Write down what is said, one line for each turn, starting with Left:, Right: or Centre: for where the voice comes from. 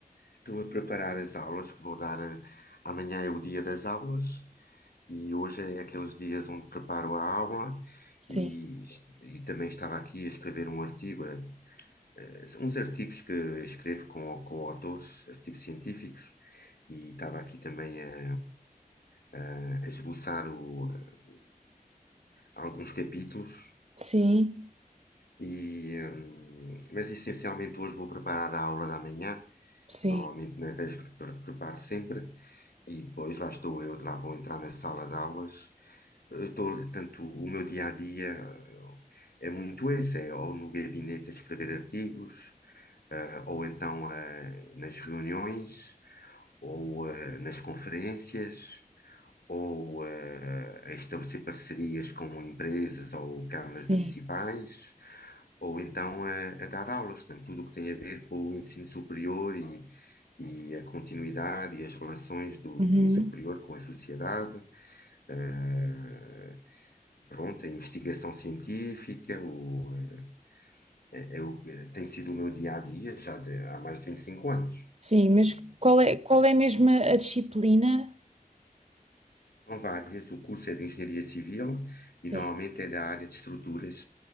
Left: Estou a preparar as aulas que vou dar. eh, Amanhã é o dia das aulas e hoje é aqueles dias onde preparo a aula
Right: Sim,
Left: e, e também estava aqui a escrever um artigo, eh, eh, uns artigos que escrevo com, com autores, artigos científicos, e estava aqui também a, a, a esboçar o, eh, alguns capítulos.
Right: sim,
Left: E, hum, mas essencialmente hoje vou preparar a aula da manhã
Right: sim,
Left: Normalmente nas 10 pre- pre- preparo sempre e depois lá estou eu, lá vou entrar na sala de aulas. Eu Estou, tanto o meu dia a dia é muito esse, é ou no gabinete a escrever artigos, eh, ou então eh, nas reuniões, ou eh, nas conferências, ou eh, a estabelecer parcerias com empresas ou câmaras
Right: sim.
Left: municipais, ou então a, a dar aulas, portanto, tudo o que tem a ver com o ensino superior e e a continuidade e as relações do
Right: Uhum.
Left: ensino superior com a sociedade, eh, pronto, a investigação científica, o, eh, é, é o- tem sido o meu dia a dia já de- há mais de 25 anos.
Right: Sim, mas qual é, qual é mesmo a disciplina?
Left: São várias, o curso é de Engenharia Civil
Right: Sim,
Left: e normalmente é da área de estruturas,